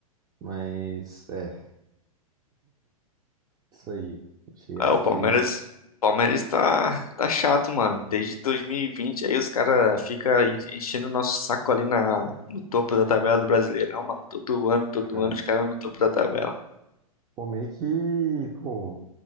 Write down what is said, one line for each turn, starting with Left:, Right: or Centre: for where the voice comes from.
Right: Mas é, isso aí. Cheguei
Left: Ah,
Right: a assistir,
Left: o Palmeiras, Palmeiras tá, tá chato, mano. Desde 2020 aí os caras ficam enchendo o nosso saco ali na, no topo da tabela do Brasileirão, mano. Todo ano, todo
Right: cara,
Left: ano os caras no topo da tabela.
Right: Ficou meio que, pô,